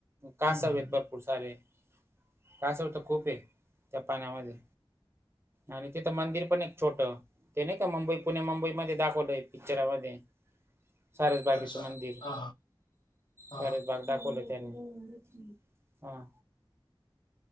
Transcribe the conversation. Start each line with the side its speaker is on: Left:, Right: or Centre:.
Right: कासवेत.
Left: हम्म, हम्म.
Right: खुप सारे कासव तर खूप आहे त्या पाण्यामध्ये. आणि तिथं मंदिर पण आहे एक छोटं ते नाही का मुंबई पुणे मुंबई मध्ये दाखवलंय पिक्चरामध्ये. सारसबागेचं
Left: अच्छा
Right: मंदिर
Left: हा हा
Right: सारसबाग. दाखवलय त्यांनी हा.